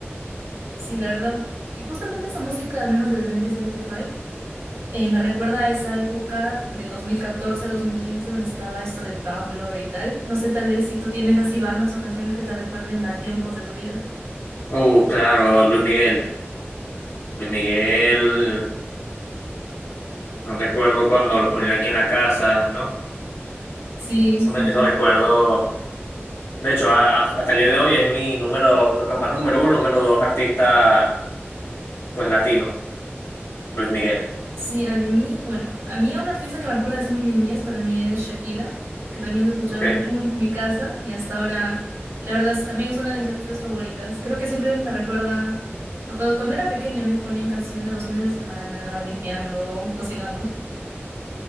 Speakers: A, on the right (about 85°); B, on the left (about 70°).
A: Sí, la verdad, eh, justamente esa música, al menos desde 1975, Eh, me recuerda a esa época del 2014-2015 donde estaba esto de Tumblr y tal. No sé, tal vez si tú tienes así bandas o canciones que te recuerden a tiempos de tu vida.
B: Uh, claro, Luis Miguel. Luis Miguel, no recuerdo cuando lo ponían aquí en la casa, ¿no?
A: Sí,
B: Eso,
A: sí,
B: eso
A: sí.
B: recuerdo De hecho, a- a- hasta el día de hoy es mi número, capaz número uno, número dos artista, pues latino, Luis Miguel.
A: Sí, a de mí, bueno, a mí un artista que me recuerda así mi niñez para mí es Shakira, que también se escuchaba
B: Okay.
A: mucho en mi casa y hasta ahora, la verdad, es- también es una de mis artistas favoritas. Creo que siempre me recuerda a cuando, cuando era pequeña, ¿no? Y ponían canciones los fines de semana, limpiando, cocinando.